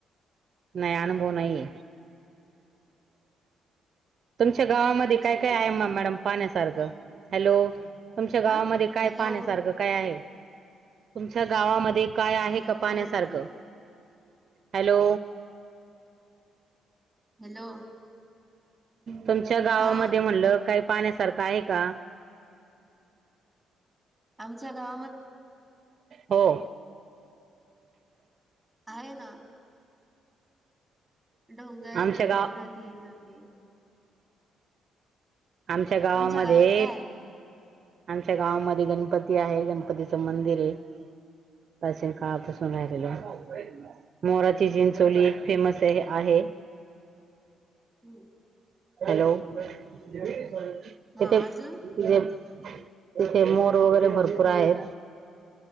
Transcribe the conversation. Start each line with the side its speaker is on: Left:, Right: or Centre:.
Right: नाही अनुभव नाही. तुमच्या गावामध्ये
Centre: अच्छा
Right: काय काय आहे
Centre: ठीक
Right: मॅडम
Centre: ठीक
Right: पाहण्या सारखं हॅलो. तुमच्या गावामध्ये
Centre: हा
Right: काय
Centre: हॅलो
Right: पाहण्या सारखं काय आहे? तुमच्या गावामध्ये काय आहे
Centre: हॅलो
Right: का पाण्यासारखं?
Centre: हॅलो
Right: हॅलो
Centre: हॅलो
Right: तुमच्या गावामध्ये
Centre: हा
Right: म्हणलं काही पाहण्यासारखं आहे का?
Centre: आमच्या गाव
Right: हो.
Centre: आहे ना डोंगर,
Right: आमच्या
Centre: दरी,
Right: गाव
Centre: नदी, नाले
Right: आमच्या गावामध्ये
Centre: तुमच्या गावात काय आहे?
Right: आमच्या गावामध्ये गणपती आहे, गणपतीच मंदिर आहे. प्राचीन काळापासून राहिलेलं. मोराची चिंचोली एक फेमस आहे आहे.
Centre: हम्म.
Right: हॅलो, तिथे
Centre: हा अजून
Right: तिथे तिथे मोर वगैरे भरपूर आहेत.